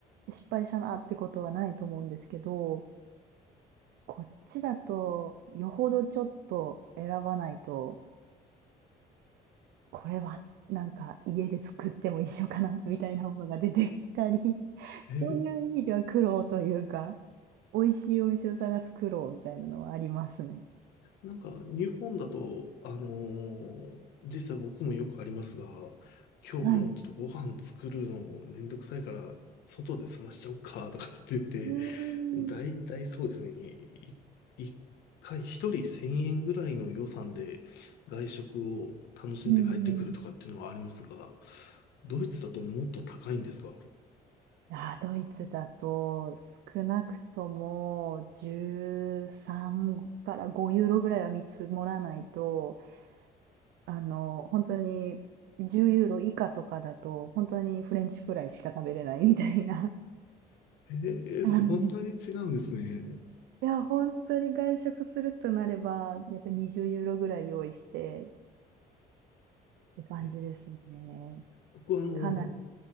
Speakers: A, on the right (about 80°); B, on the left (about 80°).
A: 失敗したなってことはないと思うんですけど、こっちだとよほどちょっと選ばないと、これはなんか家で作っても一緒かなみたいなものが出てきたり、<laughs>
B: え
A: そういう意味では苦労というか、美味しいお店を探す苦労みたいなのはありますね。
B: なんか日本だと、あのー実際僕もよくありますが、今日もちょっとご飯作るのめんどくさいから、
A: はい。う
B: 外で済ましちゃおうかとかって言って、
A: ーん。
B: だいたいそうですね、い一回一人1000円ぐらいの予算で外食を楽しんで帰ってくるとかっていうのはありますが、
A: うんうん。
B: ドイツだともっと高いんですか
A: あー、ドイツだと少なくとも13から5ユーロぐらいは見積もらないと、あの、本当に10ユーロ以下とかだと、本当にフレンチフライしか食べれないみたいな
B: えー、
A: 感じ
B: そんなに違うんですね。
A: いや、本当に外食するとなれば、やっぱり20ユーロぐらい用意してって感じですね。
B: え僕はあの、
A: かなり。